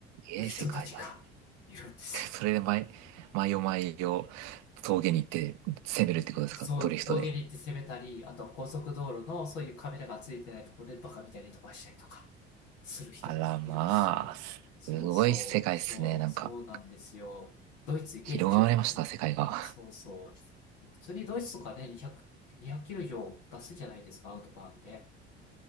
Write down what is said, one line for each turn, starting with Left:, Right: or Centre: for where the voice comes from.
Right: ええ、
Left: る人たちがいるんですよ。
Right: 世界だ。それで毎、毎夜毎夜、峠に行って攻めるってことですかドリフトで。
Left: そう、峠に行って攻めたり、あとは高速道路のそういうカメラがついてないところでバカみたいに飛ばしたりとかする人もいるんですよ。
Right: あら、まあ、すごい世界ですね。
Left: そうそう、そう、
Right: なんか、
Left: そうなんですよ。ドイツ月中だってね。
Right: 広がりました、世界が。
Left: そうそう。普通にドイツとかね、200、200キロ以上出すじゃないですか、アウトバーンで。